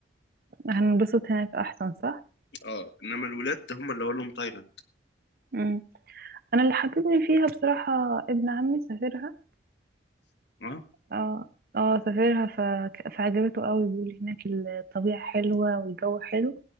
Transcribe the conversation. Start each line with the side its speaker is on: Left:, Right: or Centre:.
Right: هننبسط هناك احسن صح
Left: اه انما الولاد هم اللي اقول لهم تايلاند
Right: مم. انا اللي حببني فيها بصراحه ابن عمي سافرها
Left: اه
Right: اه اه سافرها ف... فعجبته قوي بيقول هناك الطبيعه حلوه والجو حلو